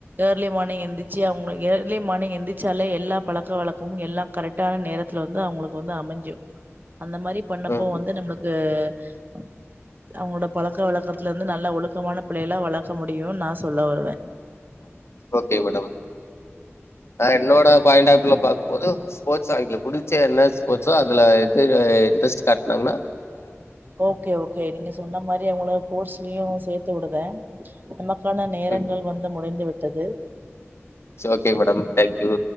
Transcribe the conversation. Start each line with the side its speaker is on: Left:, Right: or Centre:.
Right: ஏர்லி மார்னிங் எந்திச்சு அவங்க ஏர்லி மார்னிங் எந்திச்சாலே எல்லா பழக்க வழக்கமும் எல்லாம் கரெக்டான நேரத்துல வந்து அவங்களுக்கு வந்து அமைஞ்சு அந்த மாரி பண்ணப்போ
Left: ம்
Right: வந்து நம்மளுக்கு த அவங்களோட பழக்கவழக்கத்துலெ ருந்து நல்லா ஒழுக்கமான பிள்ளயல்லா வளர்க்க முடியும்னு நா சொல்ல வருவேன்
Left: ஓகே மேடம் ஆ என்னோட பாயிண்ட் ஆஃப் ல பாக்கும்போது ஸ்போர்ட்ஸ் ஆ புடிச்ச என்ன ஸ்போர்ட்ஸோ அதுல எது இன்ட்ரெஸ்ட் காட்டனாங்கன்னா
Right: ஓக்கே ஓக்கே நீங்க சொன்ன மாரி அவங்கள போஸ்லயும் சேத்து வுடுதேன் மக்கள் பண நேரங்கள்
Left: ம்
Right: வந்து முடிந்துவிட் தது
Left: இட்ஸ் சோக்கேங் மேடம் தேங்யூ